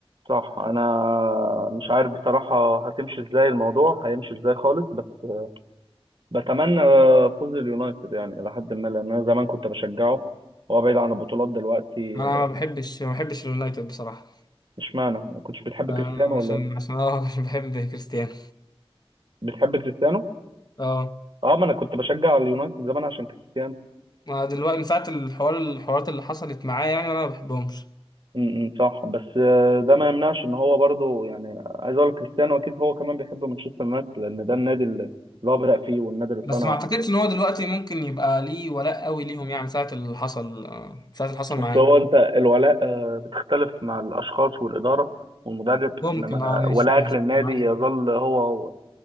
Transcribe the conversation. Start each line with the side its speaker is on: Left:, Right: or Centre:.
Right: صح انا مش عارف بصراحة هتمشي ازاي الموضوع هيمشي ازاي خالص بس آه، بتمنى آه، فوز اليونايتد يعني الى حد ما لان انا زمان كنت بشجعه هو بعيد عن البطولات دلوقتي
Left: انا ما بحبش ما بحبش اليونايتد بصراحه
Right: اشمعنى ما كنتش بتحب
Left: آه
Right: كريستيانو
Left: عشان
Right: ولا إيه؟
Left: عشان اه <laughs> عشان بحب كريستيانو
Right: بتحب كريستيانو
Left: اه
Right: اه ما انا كنت بشجع اليونايتد زمان عشان كريستيانو
Left: ما دلوقتي من ساعة الحوار الحوارات اللي حصلت معاه يعني أنا ما بحبهمش
Right: امم صح بس آه، ده ما يمنعش ان هو برضو يعني عايز اقول لك كريستيانو اكيد هو كمان بيحب مانشستر يونايتد لان ده النادي اللي اللي هو بدأ فيه والنادي اللي
Left: بس
Right: صنعه
Left: ما أعتقدش إن هو دلوقتي ممكن يبقى ليه ولاء قوي ليهم يعني من ساعة اللي حصل آه، من ساعة اللي حصل
Right: بس
Left: معاه
Right: هو انت الولاء آه، بتختلف مع الاشخاص والاداره والمدرب
Left: ممكن
Right: انما
Left: أه ماشي
Right: ولائك
Left: ماشي
Right: للنادي
Left: أنا معاك
Right: يظل
Left: في دي
Right: هو هو